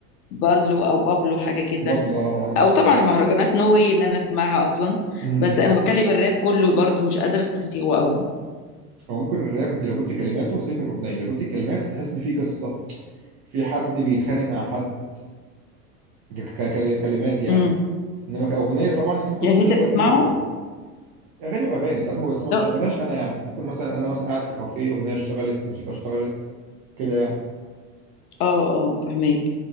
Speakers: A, on the left; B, on the right.
A: بالو او بابلو حاجه كده
B: بابلو اه مروان
A: او
B: بابلو
A: طبعا المهرجانات نو واي ان انا اسمعها اصلا
B: امم
A: بس انا بتكلم الراب كله برضو مش قادره استسيغه قوي
B: او ممكن الراب انت لو جبت كلماته سيبك من الاغنيه لو جبت الكلمات هتحس ان في قصه في حد بيتخانق مع حد ك- ك- كل- كلمات يعني
A: امم
B: انما كاغنيه طبعا انت ممكن
A: يعني
B: تسمعش
A: انت بتسمعه
B: ولا كلمه في الأغنية. اغاني واغاني ساعات ما بس ما
A: لا
B: بشغلهاش انا يعني ممكن مثلا انا مثلا قاعد في كافيه اغنيه اشتغلت موسيقى اشتغلت كده يعني
A: اه اه فهمك